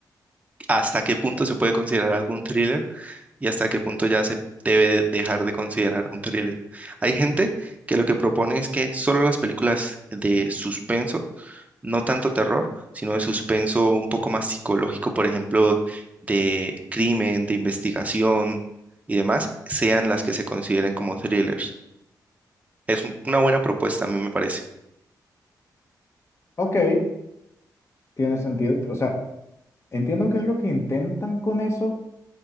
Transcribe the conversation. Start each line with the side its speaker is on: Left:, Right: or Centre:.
Right: hasta qué punto se puede considerar algún thriller y hasta qué punto ya se debe de- dejar de considerar un thriller. Hay gente que lo que propone es que solo las películas de suspenso, no tanto terror, sino de suspenso un poco más psicológico, por ejemplo, de crimen, de investigación y demás, sean las que se consideren como thrillers. Es un- una buena propuesta, a mí me parece.
Left: Ok, tiene sentido, o sea, entiendo qué es lo que intentan con eso,